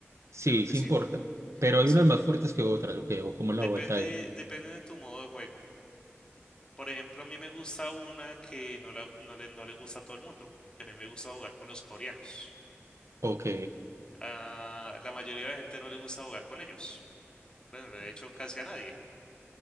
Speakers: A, on the right; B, on the left.
A: Sí,
B: claro que
A: sí
B: sí,
A: importa, pero hay
B: sí.
A: unas más fuertes que otras, ok, o como
B: Depende,
A: la vuelta ahí,
B: depende de tu modo de juego. Por ejemplo, a mí me gusta una que no, la- no le, no le gusta a todo el mundo, que a mí me gusta jugar con los coreanos.
A: ok,
B: a la mayoría de la gente no le gusta jugar con ellos. Bueno, de hecho, casi a nadie